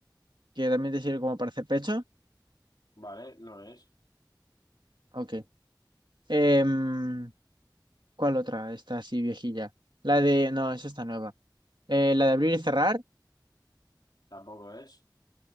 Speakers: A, on the right; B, on the left.
A: que también te sirve como para hacer pecho.
B: Vale, no es,
A: Ok. Em, ¿Cuál otra? Está así viejilla. La de. No, esa está nueva. Eh, la de abrir y cerrar.
B: tampoco es.